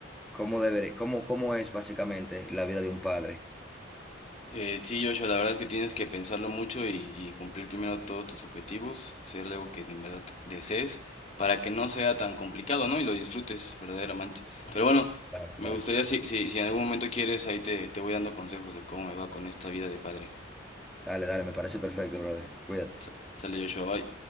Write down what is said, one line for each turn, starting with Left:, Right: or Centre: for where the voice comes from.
Centre: cómo debería, cómo, cómo es básicamente la vida de un padre.
Left: Eh, sí, Joshua, la verdad es que tienes que pensarlo mucho y, y cumplir primero todos tus objetivos, ser algo que en verdad desees, para que no sea tan complicado, ¿no? Y lo disfrutes verdaderamente. Pero bueno,
Centre: Claro,
Left: me
Centre: claro.
Left: gustaría, si, si, si en algún momento quieres, ahí te, te voy dando consejos de cómo me va con esta vida de padre.
Centre: Dale, dale, me parece perfecto, brother. Cuídate.
Left: Sa- Sale Joshua, bye.